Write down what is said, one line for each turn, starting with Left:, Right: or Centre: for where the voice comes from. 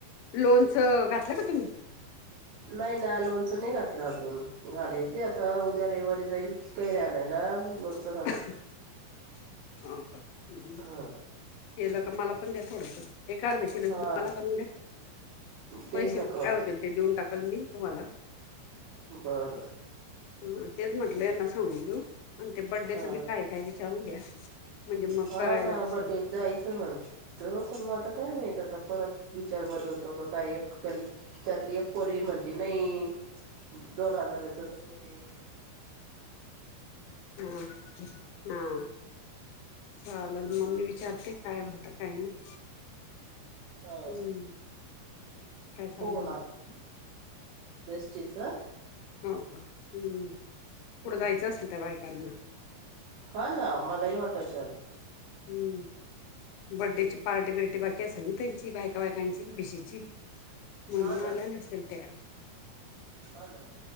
Left: लोनचं घातलं का तुम्ही?
Right: नाही ना लोणचं नाही घातलं अजून घालायच आता उद्या रविवारी जाईल कैरा नाहीला मग
Left: <unintelligible>
Right: घालल हम्म
Left: केलं का मला पण द्या थोडं. एका अर्धेशी नंतम्हाला
Right: हा
Left: करून द्या
Right: देईल
Left: पैसे
Right: ना
Left: काय
Right: करून
Left: होतील ते देऊन टाकल मी तुम्हाला.
Right: बरं.
Left: हा तेच म्हटलं यांना सांगून देऊ आणि ते बड्डेच
Right: हा
Left: बी काय काय विचारून घ्या म्हणजे मग
Right: हा
Left: करायला
Right: ना
Left: तसं
Right: बड्डे जायचं म्हण तो पण मग आता काय माहीत आता परत विचार बदलतो का काय? एक त्या त्यातली एक पोरवी म्हणती नाही दोन हजाराच स टे
Left: हा हा चाले मम्मी विचारते काय म्हणत काही नाही
Right: हा
Left: हम्म काय चाललं
Right: हो
Left: अजून?
Right: ना आता बेस्टीच.
Left: हो का हम्
Right: हम्म
Left: कुठं जायचं असल त्या बायकांना
Right: हा ना मलाही वाटयला झालं
Left: हम्म बड्डेची पार्टी बिर्टी बाकी असेल ना त्यांची बायका बायकांची भिशीची म्हणून
Right: हा ना
Left: आल्या लचल त्या्या
Right: हा ना